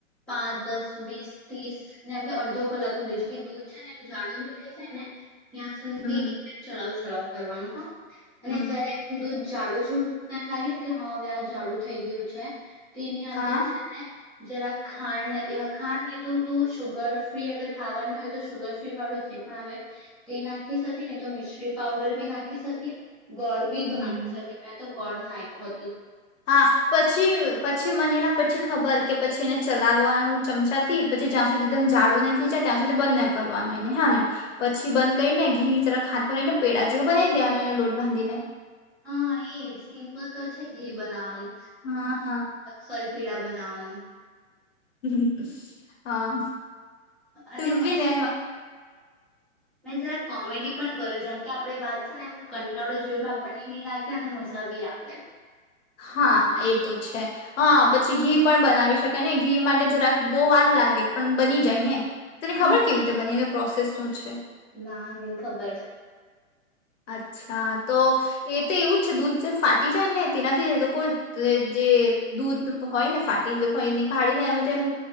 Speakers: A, in the centre; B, on the left.
A: પાંચ, દસ, વીસ, તીસ, જેમ કે અડધો કલાક હુંધી જે દૂધ છે ને એમ જાડુ ની થઈ જાય ને ત્યાં સુધી
B: હમ
A: ચલાવ ચલાવ કરવાનું હહ અને
B: હમ
A: જયારે દૂધ જાડો જો તને એમ લાગે ને કે હવે આ જાડુ થઈ ગયું છે તેની અંદર
B: હા
A: છે ને જરા ખાણ ખાણ નહી તું તું શુગર ફ્રી અગર ખાવાની હોય તો શુગર ફ્રી વાળું જે પણ આવે તે નાખી શકે નહી તો મિશ્રી પાવડર બી નાખી શકે. ગોળ બી
B: હમ
A: તું નાખી શકે મેં તો ગોળ નાઈખો
B: હા પછી પછી મને એના પછી ખબર કે પછી એને ચ લાવવાનું ચમચાથી પછી જ્યાં સુધી એકદમ જાડુ નઈ થઈ જાય ત્યાં સુધી બંધ ન કરવાનું એને હ ને પછી બંધ કરીને ઘી જરાક હાથમાં લઈને પેડા જેવું બનાઈ દેવાનું એનો લોટ બાંધીને
A: હા એજ સિમ્પલ તો છે ઘી બનાવવાનું
B: હા
A: સોરી પેડા બનાવાનું
B: હમ હા તું
A: અને મેં
B: બી ને
A: મેં જરા કોમેડી પણ કર્યું જેમ કે આપણી વાત છે ને એમ કંટાળો જોઈ આપણને નહી લાગે અને મજા બી આવે
B: હા એ તો છે હા પછી ઘી પણ બનાવી શકે ને ઘી માટે જરાક બહુ વાર લાગે પણ બની જાય ને તને
A: હા
B: ખબર કેવી
A: એજ.
B: રીતે બને એની પ્રોસેસ શું છે
A: ના ની ખબર
B: અચ્છા તો એ તે એવું જ છે દૂધ જે ફાટી જાય ને તેનાથી લોકો જે દૂધ હોય ને ફાટેલુ હોય ને ગાડીને અને તો એમ